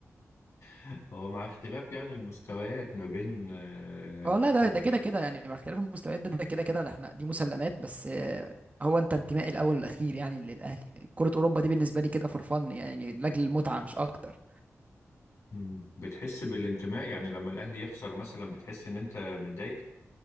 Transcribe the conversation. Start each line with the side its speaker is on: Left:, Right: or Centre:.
Left: <laughs> هو مع اختلاف يعني المستويات ما بين آه،
Right: والله
Left: كو-
Right: ده ده كده كده يعني مع اختلاف المستويات ده ده كده كده ده احنا دي مسلمات بس آه، هو انت انتمائي الاول والاخير يعني للاهلي كره اوروبا دي بالنسبه لي كده فور فن يعني لاجل المتعه مش اكتر
Left: مم. بتحس بالانتماء يعني لما الأهلي يخسر مثلا بتحس إن أنت متضايق